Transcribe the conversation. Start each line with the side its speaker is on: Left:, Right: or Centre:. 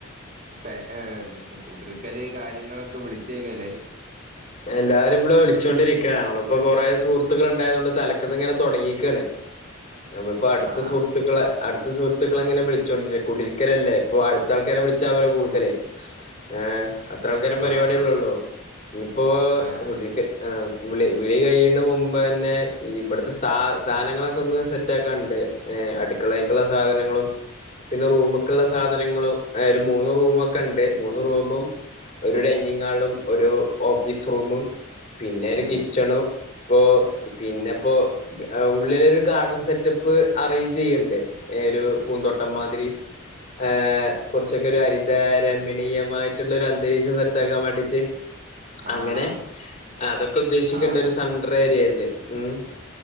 Right: പെ ഏഹ് കൂടിര്ക്കല് കാര്യങ്ങളൊക്കെ വിളിച്ചു കയിഞ്ഞല്ലേര്
Left: എല്ലാരും ഇവിടെ വിളിച്ചോണ്ടിരിക്ക നമ്മളിപ്പോ കൊറേ സുഹൃത്തുക്കളുണ്ടായതുകൊണ്ട് തലക്കന്ന് ഇങ്ങനെതൊടങ്ങീക്കാണ് ഞമ്മളിപ്പോ അടുത്ത
Right: ആഹ്
Left: സുഹൃത്തുക്കളെ അടുത്ത സുഹൃത്തുക്കളെ ഇങ്ങനെ വിളിച്ചോണ്ടിരി കുടിരിക്കലല്ലേ ഇപ്പൊ അടുത്ത ആൾക്കാരെ വിളിച്ചാ അവരെ കൂടുതലേ ഏഹ് അത്ര ആൾക്കാര് പരിപാടിയള്ളള്ളോ
Right: ആഹ്
Left: ഇനിപ്പോ
Right: ആഹ്
Left: കുട് ആഹ് വിളി വിളി കഴിയണ മുമ്പ് തന്നെ ഈ ഇവിടുത്തെ സ് സാധനങ്ങളൊക്കെ ഒന്ന് സെറ്റ് ആക്കാൻണ്ട് ഏഹ് അടുക്കളയ്ക്കൊള്ള സാധനങ്ങളും പിന്നെ റൂമിക്കുള്ള സാധനങ്ങളും
Right: ഉം
Left: ഒരു മൂന്ന് റൂമൊക്കെണ്ട് മൂന്ന് റൂമും ഒരു ഡൈനിങ് ഹാളും ഒരു ഓഫീസ് റൂമും പിന്നെ ഒരു
Right: ഉം
Left: കിച്ചണും ഇപ്പോ പിന്നെ ഇപ്പോ ആഹ് ഉള്ളിലൊരു ഗാർഡൻ സെറ്റപ്പ് അറേഞ്ച് ചെയ്യണ്ടേ ഏഹ് ഒരു പൂന്തോട്ടം മാതിരി ഏഹ് കുറച്ചൊക്കെ ഒരു ഹരിതരമണീയമായിട്ടുള്ള ഒരു അന്തരീക്ഷം സെറ്റ് ആക്കാൻ വേണ്ടിയിട്ട്
Right: ആഹ്
Left: അങ്ങനെ അതൊക്കെ ഉദ്ദേശിക്കണ്ട
Right: ആഹ്
Left: ഒരു സൺണ്ടർ ഏരിയല്ലേ ഉം